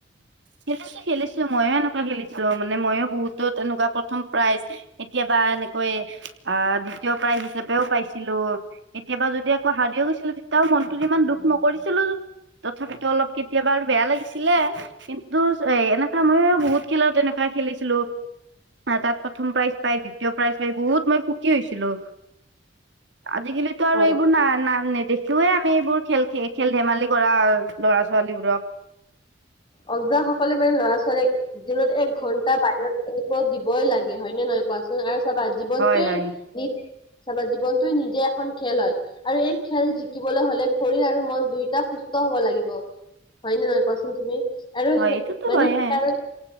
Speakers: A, on the right (about 70°); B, on the left (about 25°).
A: খেলিছো খেলিছো ময়ো এনেকুৱা খেলিছো মানে মইো বহুতো তেনেকুৱা প্ৰথম প্ৰাইজ কেতিয়াবা এনেকৈ আহ দ্বিতীয় প্ৰাইজ হিচাপে তেওঁ পাইছিলো কেতিয়াবা যদি আকৌ হাৰিও গৈছিলো তেতিয়াও মনটোত ইমান দুখ নকৰিছিলো। তথাপিতো অলপ কেতিয়াবা আৰু বেয়া লাগিছিলে। কিন্তু এ এনেকুৱা মইও বহুত খেলত এনেকুৱা খেলিছিলো। তাত প্ৰথম প্ৰাইজ পাই দ্বিতীয় প্ৰাইজ পাই বহুত মই সুখী হৈছিলো। আজিকালি তো আৰু
B: হয়
A: এইবোৰ ন- নাম নেদেখি। <unintelligible> আমি এইবোৰ খেল খ- খেল ধেমালি কৰা ল'ৰা ছোৱালীবোৰক
B: বোজাসকলে মানে ল'ৰা ছোৱালী দিনত এক ঘন্টা বাহিৰত খেলিব দিবই লাগে হয়নে নহয় কোৱাচোন আৰু চাবা জীৱনটোৱে
A: হয় হয়
B: নি ছাবা জীৱনয়ে নিজে এখন খেলাৰ আৰু এই খেল জিকিবলৈ হলে শৰীৰ আৰু মন দুয়োটা সুস্থ হব লাগিব হয় নে নহয় কোৱাচোন তুমি আৰু
A: হয়
B: সে
A: এইটোতো
B: মানে
A: হয়ে
B: সেইকাৰণে